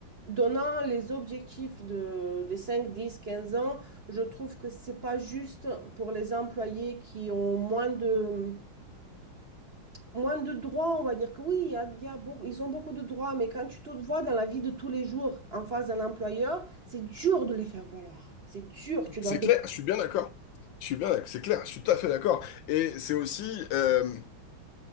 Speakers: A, on the right; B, on the left.
A: donnant les objectifs de, des 5, 10, 15 ans, je trouve que c'est pas juste pour les employés qui ont moins de Moins de droits, on va dire que oui, il y a, il y a beau- ils ont beaucoup de droits, mais quand tu te vois dans la vie de tous les jours en face d'un employeur, c'est dur de les faire valoir. C'est dur, tu
B: c'est
A: dois te...
B: clair, je suis bien d'accord. Je suis bien d'accord, c'est clair, je suis tout à fait d'accord. Et c'est aussi euh,